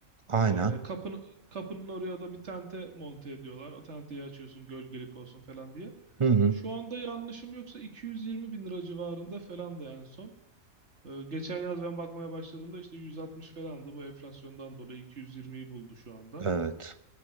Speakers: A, on the right (about 30°); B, on the right (about 55°).
A: Aynen.
B: E, kapın, kapının oraya da bir tente monte ediyorlar. O tenteyi açıyorsun gölgelik olsun falan diye.
A: Hı hı.
B: Şu anda yanlışım yoksa 220 bin lira civarında falan da en son. E, geçen yaz ben bakmaya başladığımda işte 160 falandı. Bu enflasyondan dolayı 220'yi buldu şu anda.
A: Evet.